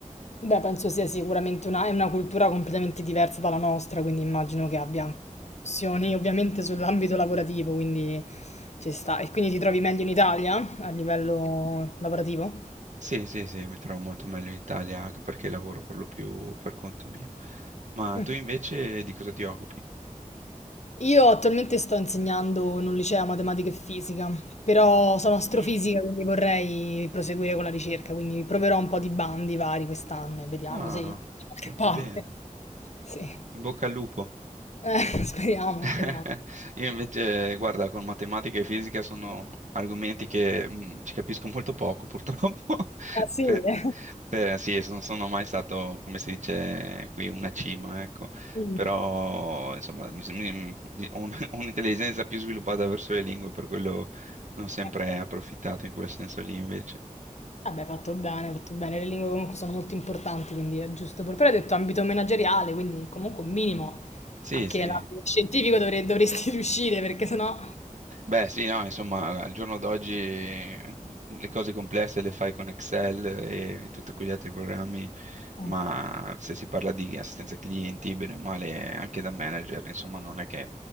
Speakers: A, on the left; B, on the right.
A: Beh, penso sia sicuramente una, è una cultura completamente diversa dalla nostra, quindi immagino che abbia anche discussioni ovviamente sull'ambito lavorativo, quindi ci sta. E quindi ti trovi meglio in Italia a livello lavorativo?
B: Sì, sì, sì, mi trovo molto meglio in Italia anche perché lavoro per lo più per conto mio. Ma
A: Mm.
B: tu invece di cosa ti occupi?
A: Io attualmente sto insegnando in un liceo matematica e fisica, però sono astrofisica,
B: Mm.
A: quindi vorrei proseguire con la ricerca, quindi proverò un po' di bandi vari quest'anno e vediamo
B: Ah,
A: se da qualche
B: molto
A: parte.
B: bene.
A: Sì, Eh,
B: In bocca al lupo.
A: <laughs> speriamo, speriamo.
B: <laughs> Io invece, guarda, con matematica e fisica sono argomenti che mh, ci capisco molto poco, purtroppo. <laughs>
A: Ah sì?
B: Per,
A: <laughs>
B: per- sì, non sono mai stato, come si dice qui, una cima, ecco.
A: Mm.
B: Però, insomma, mi- mi- ho un- <laughs> ho un'intelligenza più sviluppata verso le lingue, per quello ne ho sempre
A: Ok.
B: approfittato in quel senso lì, invece.
A: Vabbè, fatto bene, fatto bene. Le lingue comunque sono molto importanti, quindi è giusto pure. Però hai detto ambito manageriale, quindi comunque un minimo
B: Sì,
A: anche
B: sì.
A: nell'ambito scientifico dovrei- dovresti <laughs> riuscire, perché sennò...
B: Beh, sì, no, insomma, al giorno d'oggi eh, le cose complesse le fai con Excel e tutti quegli altri programmi, ma
A: Mm,
B: se si parla di assistenza clienti, bene o male, anche da manager, insomma, non è che